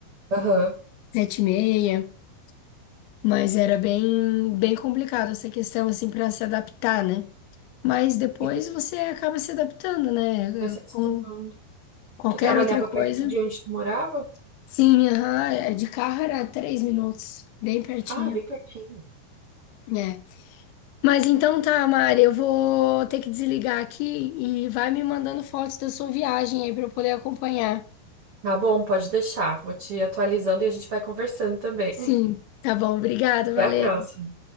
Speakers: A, on the right; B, on the left.
A: Aham.
B: Sete e meia. Mas era bem, bem complicado essa questão, assim, para se adaptar, né? Mas depois
A: E tu
B: você acaba se adaptando, né?
A: vai se acostumando.
B: Com qualquer
A: Tu trabalhava
B: outra coisa.
A: perto de onde tu morava?
B: Sim, aham, é, de carro era três minutos, bem pertinho.
A: Ah, bem pertinho.
B: é. Mas então tá, Mari, eu vou ter que desligar aqui e vai me mandando fotos da sua viagem aí pra eu poder acompanhar.
A: Tá bom, pode deixar. Vou te atualizando e a gente vai conversando também.
B: Sim,
A: <laughs>
B: tá bom, obrigada,
A: Até
B: valeu.
A: a próxima.